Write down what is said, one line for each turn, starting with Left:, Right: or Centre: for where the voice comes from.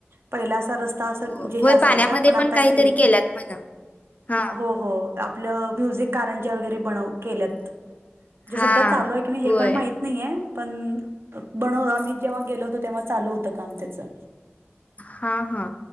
Right: पाहिलं अस रस्ता अस
Left: हो
Right: म्हजे
Left: होय
Right: हे असायचा
Left: पाण्यामध्ये
Right: पण आता
Left: काहीतरी
Right: क्लीन
Left: केल्यात म्हण हा
Right: हो हो. आपलं म्युझिक कारंज्या वगैरे बनव केल्यात म्हणजे
Left: हा
Right: सध्या चालू आहे की नाही हे
Left: होय
Right: पण माहित नाहीये पण बनव आम्ही जेव्हा गेलो होतो तेव्हा चालू होतं काम त्याचं
Left: हा हा